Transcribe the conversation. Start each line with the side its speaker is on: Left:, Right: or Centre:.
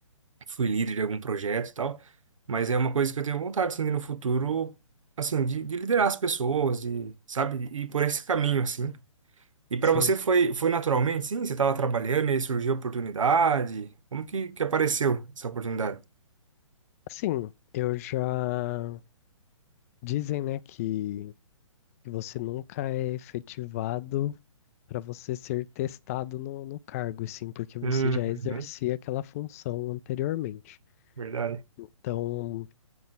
Right: fui líder de algum projeto e tal. Mas é uma coisa que eu tenho vontade assim de no futuro, assim, de, de liderar as pessoas, de, sabe? E por esse caminho assim. E para
Left: sim.
Right: você foi foi naturalmente, sim? Você estava trabalhando e aí surgiu a oportunidade. Como que que apareceu essa oportunidade?
Left: Sim, eu já. Dizem, né, que, que você nunca é efetivado para você ser testado no, no cargo, e sim, porque você
Right: Uhum,
Left: já exercia aquela função anteriormente.
Right: verdade.
Left: Então,